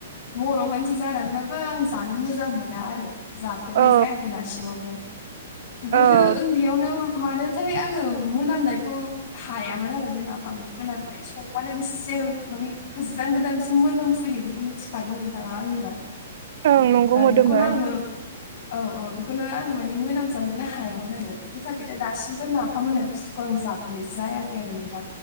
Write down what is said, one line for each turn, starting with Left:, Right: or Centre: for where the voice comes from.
Left: बर' मानसि जानानैबाबो आं जानो मोजां मोना आरो। जाफेरनाय
Right: औ
Left: जायाखै दासिमावबो गोदो
Right: औ
Left: ओन्दैयावनो मानोथाय आंङो मोनामनायखौ हाया मोन आरो बे नाफामनि मोनामनाय संबानो बेसे माने गोजान गोदानसिम मोजां फुयो बेखौ मिथिखागौ नोंथांङा आंनिबा
Right: ओं नंगौ मोदोमो
Left: बेखौ नो आंङो औ औ बेखौनो आंङो माने मोनामजानोनो हायामोन आरो। बिनि थाखायथ' दासिमबो नाफामनाय बुस्थुखौ आं जाफैनाय जाया। रि आरो नोंथां